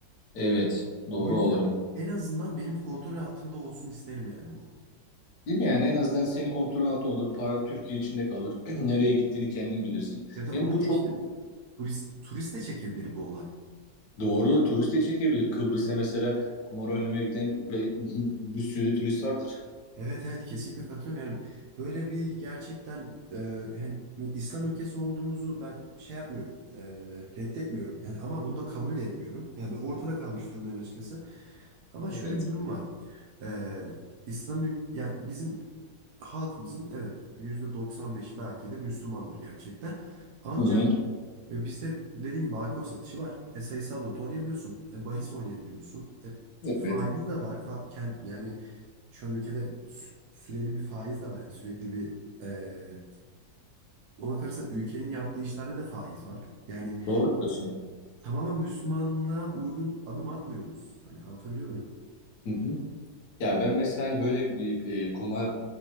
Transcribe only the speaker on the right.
O yüzden
en azından benim kontrol altımda olsun isterim yani bu.
Ya da
onu
geçtim.
Turist, turist de çekebilir bu olay.
Evet evet kesinlikle katılıyorum. Yani böyle bir gerçekten e, yani İslam ülkesi olduğumuzu ben şey yapmıyorum. e, reddetmiyorum. Yani ama bunu da kabul de etmiyorum. Yani ben ortada kalmış durumdayım açıkçası. Ama
şöyle bir durum var. E, İslam ül- yani bizim halkımızın evet %95 belki de Müslümandır gerçekten. Ancak
Ve bizde dediğim gibi alkol satışı var. E, sayısal loto oynayabiliyorsun. E, bahis oynayabiliyorsun. E, faiz
de var. Fa- ken- yani şu an ülkede sü- süreli bir faiz de var. Yani sürekli bir e, ona karşı ülkenin yaptığı işlerde de faiz var. Yani
tamamen Müslümanlığa uygun adım atmıyoruz. Hani anlatabiliyor muyum?